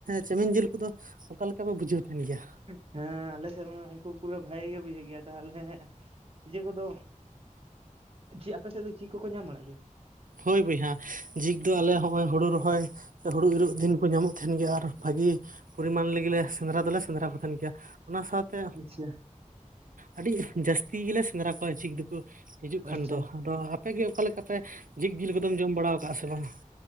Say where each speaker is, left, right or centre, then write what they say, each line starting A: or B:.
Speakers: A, on the right; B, on the right.
A: ᱪᱮᱢᱮᱧ ᱡᱮᱞ ᱠᱚᱫᱚ ᱚᱠᱟ ᱞᱮᱠᱟᱯᱮ ᱵᱩᱡᱷᱟᱹᱣ ᱛᱟᱦᱮᱸᱱ ᱜᱮᱭᱟ?
B: ᱦᱮᱸ ᱟᱞᱮ ᱥᱮᱫ ᱢᱟ ᱩᱱᱠᱩ ᱯᱩᱨᱟᱹ ᱵᱷᱟᱜᱮ ᱜᱮ ᱵᱩᱡᱷᱟᱹᱜ ᱜᱮᱭᱟ ᱛᱟᱦᱚᱞᱮ ᱤᱭᱟᱹ ᱠᱚᱫᱚ ᱪᱮᱫ ᱟᱯᱮ ᱥᱮᱫ ᱫᱚ ᱡᱷᱤᱠ ᱠᱚᱠᱚ ᱧᱟᱢ ᱵᱟᱲᱟᱜ ᱜᱮᱭᱟ?
A: ᱦᱳᱭ ᱵᱚᱭᱦᱟ ᱡᱷᱤᱠ ᱫᱚ ᱟᱞᱮ ᱦᱳᱭ ᱦᱳᱲᱳ ᱨᱚᱦᱚᱭ ᱦᱳᱲᱳ ᱤᱨᱚᱜ ᱫᱤᱱ ᱠᱚ ᱧᱟᱢᱚᱜ ᱛᱟᱦᱮᱱ ᱜᱮᱭᱟ᱾ ᱟᱨ ᱵᱷᱟᱹᱜᱮ ᱯᱚᱨᱤᱢᱟᱱ ᱞᱟᱹᱜᱤᱞᱮ ᱥᱮᱸᱫᱽᱨᱟ ᱫᱚᱞᱮ ᱥᱮᱸᱫᱽᱨᱟ ᱠᱚ ᱛᱟᱦᱮᱸᱱ ᱜᱮᱭᱟ᱾ ᱚᱱᱟ ᱥᱟᱶᱛᱮ
B: ᱟᱪᱪᱷᱟ
A: ᱟᱹᱰᱤ ᱡᱟᱹᱥᱛᱤ ᱜᱮᱞᱮ ᱥᱮᱸᱫᱽᱨᱟ ᱠᱚᱣᱟ ᱡᱷᱤᱠ ᱫᱚᱠᱚ ᱦᱤᱡᱩᱜ
B: ᱟᱪᱪᱷᱟ
A: ᱠᱷᱟᱱ ᱫᱚ᱾ ᱟᱫᱚ ᱟᱯᱮᱜᱤ ᱚᱠᱟᱠᱟ ᱞᱮᱠᱟᱛᱮᱮ ᱡᱷᱤᱠ ᱡᱤᱞ ᱠᱚᱫᱚᱢ ᱡᱚᱢ ᱵᱟᱲᱟᱟᱣ ᱟᱠᱟᱜ-ᱟ ᱥᱮ ᱵᱟᱝᱟ᱾